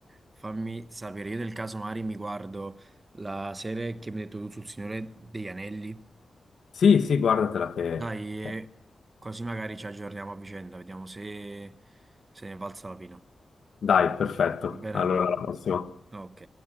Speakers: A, on the right (about 30°); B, on the left (about 70°).
A: fammi sapere. Io del caso Mari mi guardo la serie che mi hai detto tu sul Signore degli Anelli
B: Sì, sì, guardatela che...
A: Dai,
B: eh,
A: eh, così magari ci aggiorniamo a vicenda, vediamo se, se ne è valsa la pena.
B: Dai, perfetto.
A: Va bene?
B: Allora, alla prossima.
A: Ok,